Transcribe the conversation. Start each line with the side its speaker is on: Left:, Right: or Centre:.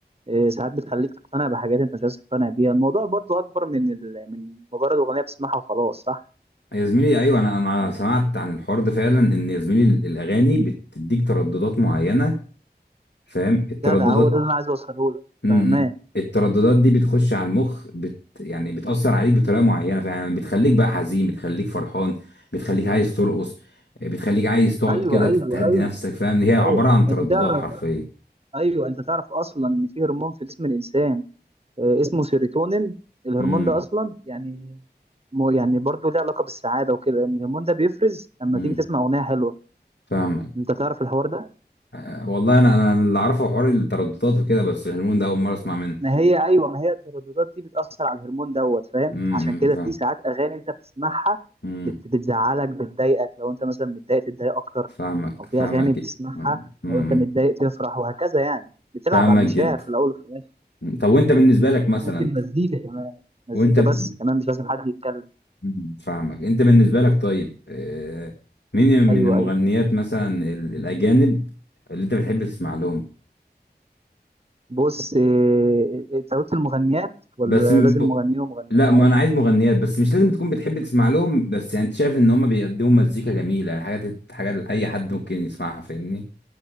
Right: إيه ساعات بتخليك تقتنع بحاجات انت مش عايز تقتنع بيها الموضوع برضو اكبر من ال... من مجرد اغنيه بتسمعها وخلاص صح
Left: يا زميلي ايوه انا انا سمعت عن الحوار ده فعلا ان يا زميلي الاغاني بتديك ترددات معينه فاهم الترددات
Right: جدع هو ده اللي انا عايز اوصله لك
Left: مم.
Right: فاهمان
Left: الترددات دي بتخش على المخ بت يعني بتاثر عليك بطريقه معينه فعلا بتخليك بقى حزين بتخليك فرحان بتخليك عايز ترقص بتخليك عايز تقعد
Right: ايوه
Left: كده
Right: ايوه
Left: تهدي
Right: ايوه
Left: نفسك فاهم هي عباره
Right: ايوه
Left: عن ترددات
Right: انت تعرف
Left: حرفيا
Right: ايوه انت تعرف اصلا ان في هرمون في جسم الانسان آه، اسمه سيروتونين الهرمون
Left: امم
Right: ده اصلا يعني مو يعني برضه ليه علاقه بالسعاده وكده الهرمون ده بيفرز لما
Left: امم
Right: تيجي تسمع اغنيه حلوه
Left: فاهمك
Right: انت تعرف الحوار ده
Left: آه، والله انا انا أنا اللي اعرفه حوار الترددات وكده بس الهرمون ده اول مره اسمع منه
Right: ما هي ايوه ما هي الترددات دي بتاثر على الهرمون دوت فاهم
Left: امم
Right: عشان كده
Left: فاهم
Right: في ساعات اغاني انت بتسمعها
Left: مم.
Right: بت... بتزعلك بتضايقك لو انت مثلا متضايق تتضايق اكتر
Left: فاهمك
Right: او
Left: فاهمك
Right: في اغاني بتسمعها
Left: أمم، امم.
Right: لو انت متضايق تفرح وهكذا يعني بتلعب
Left: فاهمك
Right: على المشاعر
Left: جدا
Right: في الاول وفي الاخر
Left: طب وانت بالنسبة لك مثلا
Right: وممكن مزيكا كمان مزيكا
Left: وانت ب...
Right: بس كمان مش لازم حد يتكلم
Left: أمم، فاهمك انت بالنسبة لك طيب آه، مين من
Right: ايوه
Left: المغنيات
Right: ايوه
Left: مثلا ال- الأجانب اللي انت بتحب تسمع لهم
Right: بص إيه، انت قلت المغنيات ولا
Left: بس م-
Right: لازم مغنيين ومغنيات
Left: لا ما انا عايز مغنيات بس مش لازم تكون بتحب تسمع لهم بس يعني انت شايف ان هم بيقدموا مزيكا جميلة يعني حاجات حاجات اي حد ممكن يسمعها فاهمني